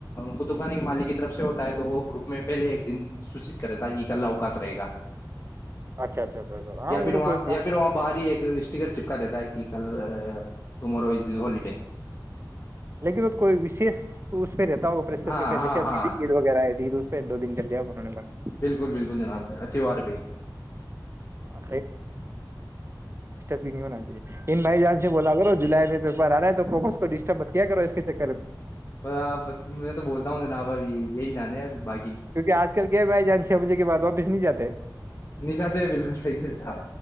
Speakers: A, on the left; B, on the right.
A: کطب کے مالک کی طرف سے ہوتا ہے تو وہ گوپ میں پہلے ایک دن سوچت کرتا ہے یہ کلہ اوکاش رہے گا
B: اچھا اچھا اچھا اچھا ہاں
A: یا
B: وہ
A: پھر
B: تو
A: وہاں
B: کوئی کا
A: یا پھر وہاں باہر ہی ایک اسٹیکر چپکا دیتا ہے کہ کل ٹمورو از ہوالڈے
B: لیکن وہ کوئی وشیش تو اس پہ رہتا پرستتی
A: ہاں
B: پہ
A: ہاں
B: جیے عید
A: ہاں
B: وغیرہ آ ج تو اس پہ دو دن کر لیانہ نے بند
A: بالکل بالکل جناب ا تیوار پئی
B: ہاں بانناے <unintelligible> انن بھائی جان سے بولا کرو جلائی میں پیپر آ رہا تھا س کو ڈسٹرب <unintelligible>
A: آپ میں تو بولتا ہوں جناب ابھی یہی جان ہے اب بائک
B: کیکہ آج کل کیا بائی جان چھ بجے کے بعد تو واپس نہیں جاتے
A: نہیں جاتے بالکل صحیح ہے جناب